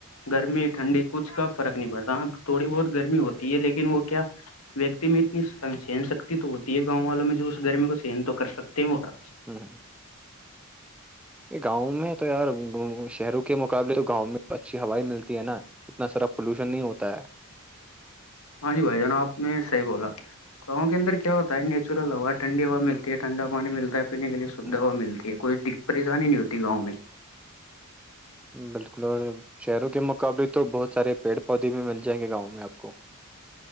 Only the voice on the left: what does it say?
گرمی ٹھنڈی کچھ کا فرق نہیں پڑتا تھوڑی بہت گرمی ہوتی ہے لیکن وہ کیا ویکتی میں اتنی سہن شکتی تو ہوتی ہے گاؤں والوں میں جو اس گرمی کو سہن تو کر سکتے ہیں وہر
ہاں جی بھائی جناب آپ نے صحیح بولا گاؤں کے انر کیا ہوتا ہے نیچرل ہوا ٹنڈی ہوا ملتی ہے ٹھنڈ پانی ملتا ہے پینے کے لیے سویدھا
ہو ملتی ہے کوئی پریشانی نہیں ہوتی گاؤں میں